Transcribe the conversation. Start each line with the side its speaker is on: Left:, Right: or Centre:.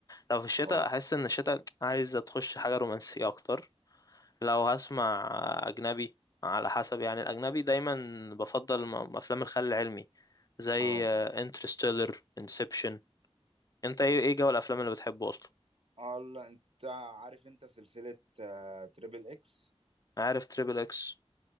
Left: لو في الشتاء
Right: اه
Left: احس ان الشتاء عايز تخش حاجه رومانسيه اكتر لو هسمع آه، اجنبي على حسب يعني الاجنبي دايما بفضل م- افلام الخيال العلمي زي
Right: اه
Left: انترستيلر انسبشن انت ايه ايه جو الافلام اللي بتحبه اصلا
Right: الله انت عارف انت سلسلة آه، تريبل اكس
Left: عارف تريبل اكس